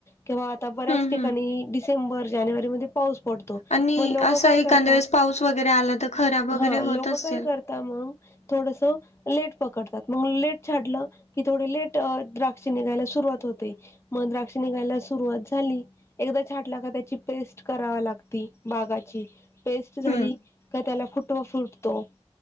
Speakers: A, on the left; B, on the left.
A: किंवा आता बऱ्याच
B: हम्म
A: ठिकाणी
B: हम्म
A: डिसेंबर जानेवारीमध्ये पाऊस पडतो
B: आणि
A: म लोकं
B: असं
A: काय
B: एखाद्या
A: करता
B: वेळेस पाऊस वगैरे आला तर खराब वगैरे
A: हा लोकं
B: होत असेल
A: काय कर त्या मंग थोडसा लेट पकडतात मग लेट छाडलं कि थोडे लेट द्राक्ष निघायला सुरुवात होते म द्राक्ष निघायला सुरुवात झाली एकदा छाटला का त्याची पेस्ट करावा लागती बागाची पेस्ट झाली
B: हम्म
A: का त्याला फुटवा फुटतो